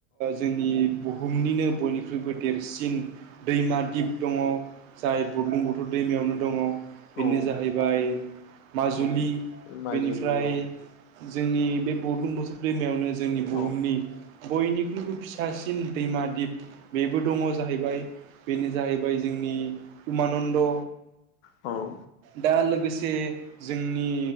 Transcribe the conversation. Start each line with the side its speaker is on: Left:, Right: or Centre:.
Right: जोंनि बुहुमनिनो बयनिख्रुइबो देरसिन दैमा दिप दङ। जाय बुरलुं बुथुर दैमायावनो दङ। बेनो
Left: औ औ
Right: जाहैबाय माजुलि
Left: औ माजुलि
Right: बेनिफ्राय
Left: औ
Right: जोंनि बे बौलुं बोसोर दैमायावनो जोंनि
Left: औ
Right: बुहुमनि बयनिख्रुइबो फिसासिन दैमा दिप। बेबो दङ जाहैबाय बेनो जाहैबाय जोंनि उमानन्द।
Left: औ
Right: दा लोगोसे जोंनि